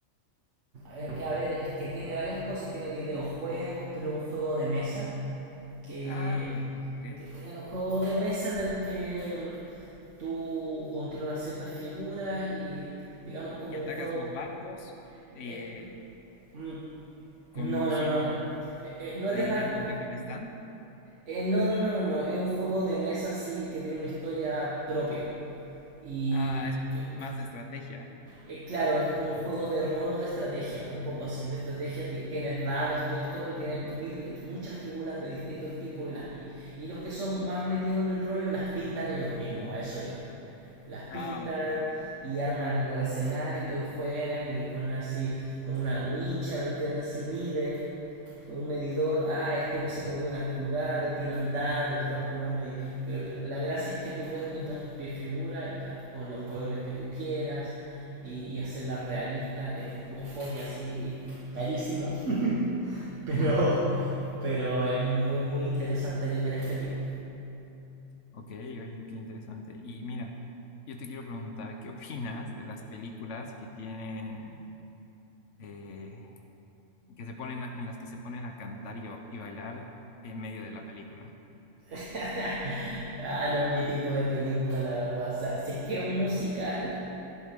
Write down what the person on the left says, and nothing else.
Ah, ok.
¿Y atacas
los barcos eh,
conociendo,
adivinando
en qué fila están?
Ah, es
más de estrategia.
Ah, ok, ok.
<laughs>
Ok, oye, qué interesante. Y mira, yo te quiero preguntar, ¿qué opinas de las películas que tienen, eh, que se ponen a- en las que se ponen a cantar y, o- y bailar en medio de la película.